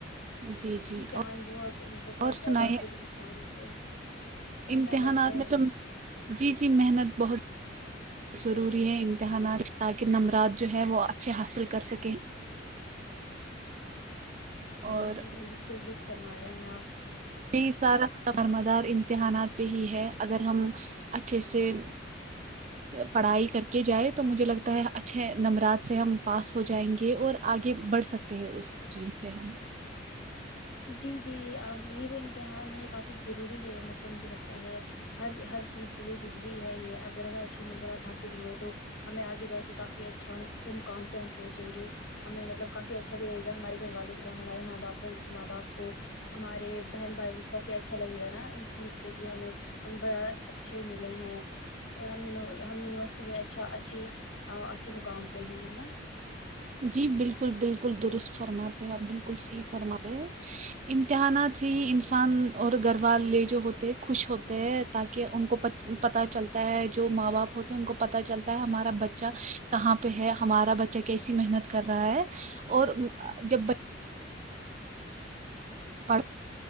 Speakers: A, on the right; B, on the left.
A: جی جی
B: امتحان بہت بہت
A: اور سنائیے
B: زیادہ پھر انسان کو پڑھنا
A: امتحانات
B: پڑتا ہے
A: میں تو جی جی محنت بہت ضروری ہے امتحانات تاکہ نمبرات جو ہے وہ اچھے حاصل کر سکیں اور
B: جی جی جی بالکل درست فرما رہے ہیں آپ
A: یہی سارا دارمدار امتحانات پہ ہی ہے اگر ہم اچھے سے پڑھائی کر کے جائے تو مجھے لگتا ہے اچھے نمرات سے ہم پاس ہو جائیں گے اور آگے بڑھ سکتے ہیں اس چیز سے ہم
B: جی جی اب یہ جو امتحان ہے یہ کافی ضروری ہے مطلب مجھے لگتا ہے ہر ہر چیز کے لیے ضروری ہے یہ اگر ہمیں اچھے نمبرات حاصل ہوئے تو ہمیں آگے جا کے کافی اچھا اچھے مقام پہ ہم پہنچیں گے ہمیں مطلب کافی اچھا بھی رہے گا ہمارے گھر والوں کو ہمارے ماں باپوں کو ماں باپ کو ہمارے بہن بھائیوں کو کافی اچھا لگے گا نا اس چیز سے کہ ہمیں اچھے ملے ہیں اور ہم ہم یونیورسٹی میں اچھا اچھی ا اچھے مقام پہ ہیں نا
A: جی بالکل بالکل درست فرماتے ہیں آپ بالکل صحیح فرمارہے ہیں امتحانات سے ہی انسان اور گھر والے جو ہوتے ہیں خوش ہوتے ہیں تاکہ ان کو پتا چلتا ہے جو ماں باپ ہوتے ہیں ان کو پتا چلتا ہے ہمارا بچہ کہاں پہ ہے ہمارا بچہ ایسی محنت کر رہا ہے اور جب بچ پڑ